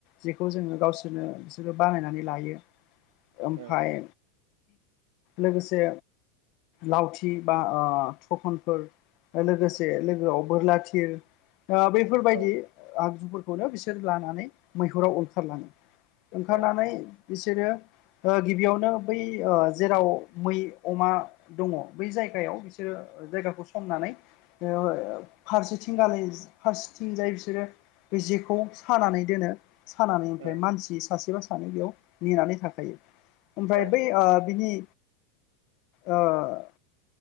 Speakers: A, on the left; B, on the right.
A: जेखौ जोङो गावसोरनो बिसोरो बानायनानै लायो। ओमफाय
B: उम
A: लोगोसे लावथि बा ओ थखनफोर ओ लोगोसे लोगोआव बोरला थिर ओ बैफोरबायदि
B: औ
A: आगजुफोर खौनो बिसोर लानानै मैहुराव ओंखारलाङो। ओंखारनानै
B: औ
A: बिसोरो ओ गिबियावनो बै ओ जेराव मै अमा दङ बै जायगायाव बिसोरो ओ जायगाखौ संनानै बे ओ फारसेथिं गालाय फारसेथिंजाय बिसोरो बै जेखौ सानानै दोनो। सानानै ओमफ्राय
B: उम
A: मानसि सासे बा सानै बेयाव नेनानै थाखायो। ओमफ्राय
B: औ
A: बै ओ बिनि ओ